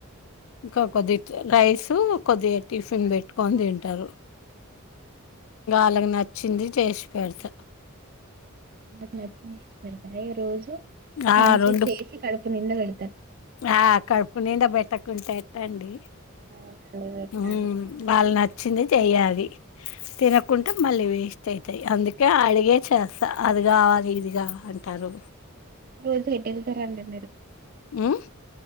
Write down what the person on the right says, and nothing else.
<unintelligible> ఈరోజు
మంచిది
చేసి కడుపు నిండా పె
అవునండి పెట్టాలి
రోజు ఎటు వెళ్తారండి